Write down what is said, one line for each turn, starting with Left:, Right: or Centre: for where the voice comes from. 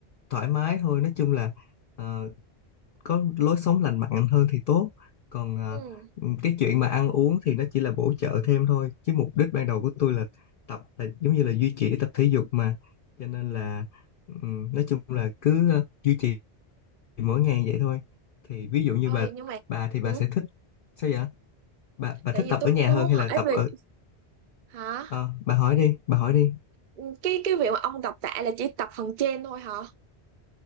Left: thoải mái thôi nói chung là ờ, có lối sống lành mạnh hơn thì tốt còn à,
Right: ừ
Left: cái chuyện mà ăn uống thì nó chỉ là bổ trợ thêm thôi chứ mục đích ban đầu của tôi là tập là giống như là duy trì tập thể dục mà cho nên là ừm, nói chung là cứ ờ, duy trì mỗi ngày vậy thôi thì ví dụ như
Right: ơi
Left: bà
Right: nhưng mà
Left: bà thì bà
Right: ừ.
Left: sẽ thích sao vậy bà bà
Right: tại
Left: thích
Right: vì
Left: tập
Right: tôi
Left: ở nhà
Right: tôi
Left: hơn
Right: muốn
Left: hay
Right: hỏi
Left: là tập
Right: về
Left: ở
Right: hả
Left: ờ, bà hỏi đi bà hỏi đi
Right: Ừ, cái cái việc mà ông đọc tạ là chỉ tập phần trên thôi hả